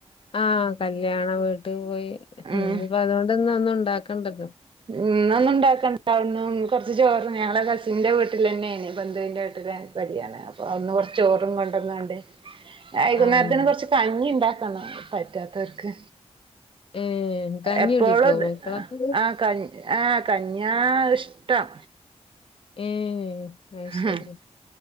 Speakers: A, on the left; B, on the right.
A: ആഹ് കല്യാണ വീട്ട് പോയി.
B: ഉം
A: ഇനിപ്പ അതോണ്ട് ഇന്നൊന്നും ണ്ടാക്കണ്ടല്ലോ.
B: ഉം ഇന്ന് ഒന്നും ഉണ്ടാക്കണ്ട. അവ്ട്ന്നും കൊർച്ച് ചോറ് ഞങ്ങളെ കസിൻന്റെ വീട്ടിലെന്നേനി. ബന്ധുവിന്റെ വീട്ടിലാണ് കല്യാണം. അപ്പൊ അവ്ട്ന്ന് കൊർച്ച് ചോറും കൊണ്ടന്നാണ്ട്. വൈകുന്നേരത്തിന്
A: ആഹ്
B: കൊർച്ച് കഞ്ഞിണ്ടാക്കണം പറ്റാത്തവർക്ക്.
A: ഏഹ് കഞ്ഞി
B: എപ്പോളും
A: കുടിക്കോ
B: ത്
A: മക്കളൊക്കെ
B: കഞ് ആഹ് കഞ്ഞ്യാ ഇഷ്ടം.
A: ഏഹ് അത് ശരി
B: ആഹ്